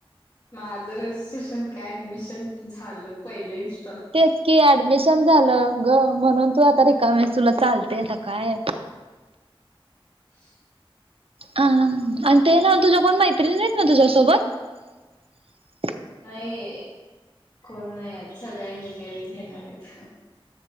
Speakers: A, on the left; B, on the right.
A: माझं रिट्रेशन ऍडमिशन झालं पहिलेच.
B: तेच की ऍडमिशन झालं ग म्हणून तू आता
A: होय
B: रिकामेस तुला चाल ते त काय.
A: <unintelligible>
B: ह आणि ते ना तुझ्या कोण मैत्रिणी नाहीेत ना तुझ्यासोबत
A: नाही कोण नाही सगा इंजिनिअरिंग घेणार आहे का